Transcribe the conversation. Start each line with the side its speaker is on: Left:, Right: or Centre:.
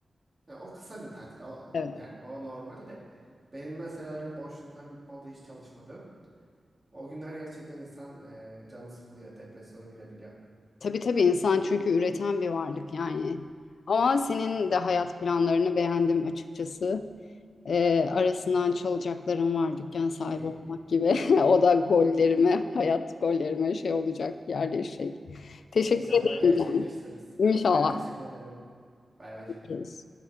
Right: ya o kısa bir tatil. O,
Left: Evet.
Right: yani o normal de. Benim mesela öyle boşluklarım oldu hiç çalışmadım. O günler gerçekten insan e, canı sıkılıyor, depresyona girebiliyor.
Left: Tabii tabii insan çünkü üreten bir varlık yani. Ama senin de hayat planlarını beğendim açıkçası. Ee, arasından çalacaklarım var dükkan sahibi
Right: <laughs>
Left: olmak gibi. <laughs> O da gollerime, hayat gollerime şey olacak, yerleşecek. Teşekkür
Right: İnşallah
Left: ederim
Right: gerçekleştiririz.
Left: canım. İnşallah.
Right: Ben teşekkür ederim. Bay bay.
Left: görüşürüz.